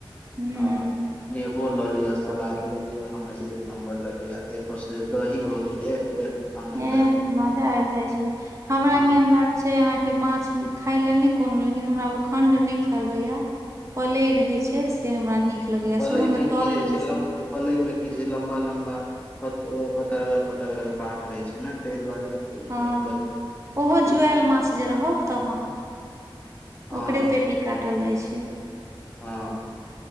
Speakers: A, on the right; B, on the left.
A: हूँ
B: हँ
A: हूँ
B: नेबो लऽ लिअ, सलाद लऽ लिअ, हमरा एक नम्बर लगैये, तै पर से दही भऽ गेलै एहह एह। आनन्द
A: एह मजा आबि जाइ छै, हमरा
B: ह
A: मेन बात। छै, अहाँ के माछ खाय लेल नहि कोनो, लेकिन हमरा ओ खण्ड नहि खायल होइये। पलइ रहैत छै, से हमरा नीक लगैए,
B: पलै
A: सेहो मे
B: की
A: तरल
B: रहै छै
A: बेसी।
B: लम पलै मे की छै लम्बा- लम्बा। प पतरगर - पतरगर काॅंट रहे छै ने, ताहि दुआरे।
A: हँ,
B: मतलब
A: ओहो
B: ठीक
A: जुआयल माछ जे रहल, तखन।
B: हँ
A: ओकरे पेटी काटल जाइ छै।
B: हँ